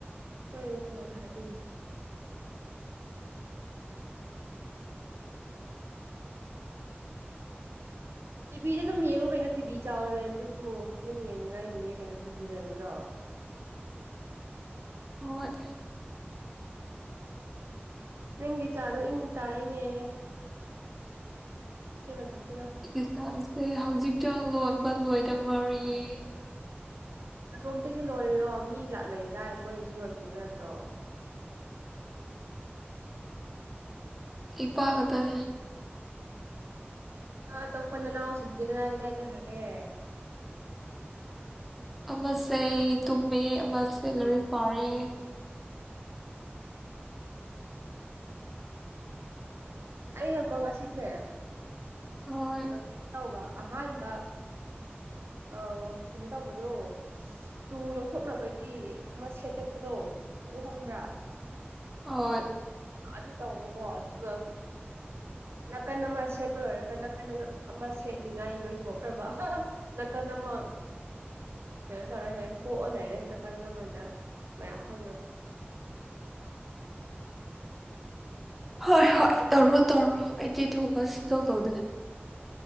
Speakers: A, on the right; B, in the centre.
A: ꯍꯣꯏꯨ ꯐꯖꯅ ꯍꯥꯏꯕꯤꯒꯦ ꯇꯤꯚꯤꯗ ꯑꯗꯨꯝ ꯌꯦꯡꯉꯨ ꯀꯩꯅꯣ ꯇꯤꯚꯤ ꯆꯥꯎꯅ ꯂꯩꯕꯗꯨꯕꯨ ꯐꯤꯂꯝ ꯌꯦꯡꯅꯤꯡꯉꯥꯏꯒꯤꯅꯦ ꯀꯩꯅꯣ ꯇꯤꯚꯤ ꯂꯩꯕꯗꯣ
B: ꯍꯣꯏ
A: ꯅꯪꯒꯤ ꯆꯥꯗꯣ ꯏꯪꯕ ꯇꯥꯔꯦꯅꯦ ꯊꯛꯆꯜꯔꯣ ꯊꯛꯆꯜꯔꯣ
B: ꯑꯩꯒꯤ ꯆꯥꯁꯦ ꯍꯧꯖꯤꯛꯛꯇ ꯂꯣꯟꯕ ꯂꯣꯏꯗ ꯉꯥꯏꯔꯤꯌꯦ
A: ꯅꯥꯇꯣꯝꯇꯒꯤ ꯂꯣꯜꯂꯤꯔꯣ ꯃꯤ ꯂꯥꯛꯅꯩꯗꯥꯏ ꯃꯣꯏꯒꯤꯁꯨ ꯂꯣꯟꯕꯤꯌꯣ ꯌꯥꯗ꯭ꯔꯣ
B: ꯅꯤꯄꯥꯝ ꯈꯛꯇꯅꯦ
A: ꯑꯥ ꯑꯇꯣꯞꯄ ꯅꯥꯅꯥꯎ ꯁꯤꯡꯗꯤ ꯀꯗꯥꯏ ꯀꯗꯥꯏ ꯆꯠꯈꯔꯒꯦ
B: ꯑꯃꯁꯦ ꯇꯨꯝꯃꯦ ꯑꯃꯁꯦ ꯂꯥꯏꯔꯤꯛ ꯄꯥꯔꯦ
A: ꯑꯩꯅꯀꯣ ꯉꯁꯤꯖꯦ
B: ꯍꯣꯏ
A: ꯀꯩꯅꯣ ꯇꯧꯕ ꯑꯍꯥꯟꯕ ꯑꯥꯎ ꯀꯩꯅꯣ ꯇꯧꯕꯗꯣ ꯇꯨ ꯂꯧꯊꯣꯛꯅꯕꯒꯤ ꯑꯃꯥ ꯁꯦꯠꯇꯠꯄꯗꯣ ꯑꯗꯨ ꯈꯪꯕ꯭ꯔꯥ
B: ꯑꯣ
A: ꯑꯗꯨ ꯇꯧꯕꯀꯣ ꯑꯗꯨꯒ ꯅꯥꯀꯟ ꯑꯃ ꯁꯦꯠꯄ ꯂꯣꯏꯔꯒ ꯅꯡ ꯅꯥꯀ ꯑꯃ ꯁꯦꯠꯅꯤꯉꯥꯏ ꯂꯣꯏꯊꯣꯛꯈ꯭ꯔꯕ ꯅꯥꯀꯟ ꯑꯃ ꯀꯩꯅꯣ ꯇꯧꯔꯦ ꯑꯗꯩ ꯀꯣꯛꯑ ꯂꯩꯔꯦ ꯅꯥꯀꯜ ꯑꯃꯗ ꯃꯌꯥꯝ ꯍꯧꯔ
B: ꯍꯣꯏ ꯍꯣꯏ ꯇꯧꯔꯣ ꯇꯧꯔꯣ ꯑꯩꯗꯤ ꯑꯗꯨꯒꯨꯝꯕ ꯁꯨꯡꯇꯧ ꯇꯧꯗꯦ